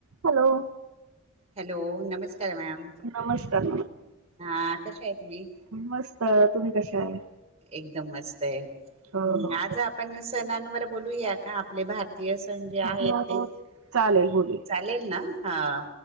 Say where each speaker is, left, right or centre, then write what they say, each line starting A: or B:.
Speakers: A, on the right; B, on the right.
A: Hello!
B: Hello नमस्कार ma'am
A: नमस्कार
B: हा कश्या आहे तुम्ही.
A: मी मस्त तुम्ही कशा आहे.
B: एकदम मस्त आहे हम्
A: हो हो.
B: आज आपण सणांवर बोलूया का का आपले भारतीय सण जे
A: हो
B: आहेत ते
A: चालेल बोलू.
B: लेल ना ह